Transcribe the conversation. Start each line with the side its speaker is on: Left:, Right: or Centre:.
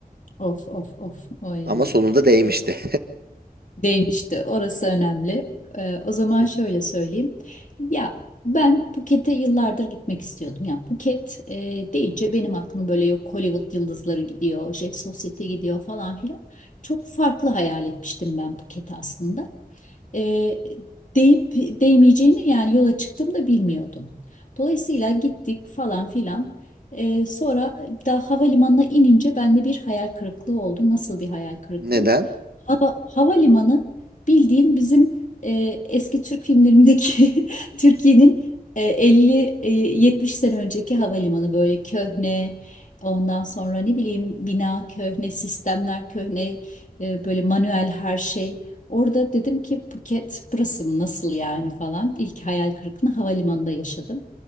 Left: Of of of. Oy.
Right: Ama sonunda değmişti.
Left: Çok Değmişti. Orası önemli. Ee, o zaman
Right: <laughs>
Left: şöyle söyleyeyim. Ya ben Phuket'e yıllardır gitmek istiyordum. Ya Phuket e, deyince benim aklıma böyle yok Hollywood yıldızları gidiyor, Jet Society gidiyor falan filan. Çok farklı hayal etmiştim ben Phuket'i aslında e, deyip değmeyeceğini yani yola çıktığımda bilmiyordum. Dolayısıyla gittik falan filan. E, sonra daha havalimanına inince bende bir hayal kırıklığı oldu. Nasıl bir hayal kırıklığı?
Right: Neden?
Left: Hava, havalimanı bildiğin bizim e, eski Türk filmlerindeki <laughs> Türkiye'nin e, 50 e, 70 sene önceki havalimanı böyle köhne ondan sonra ne bileyim bina köhne sistemler köhne e, böyle manuel her şey Orada dedim ki Phuket burası mı nasıl yani falan. İlk hayal kırıklığını havalimanında yaşadım.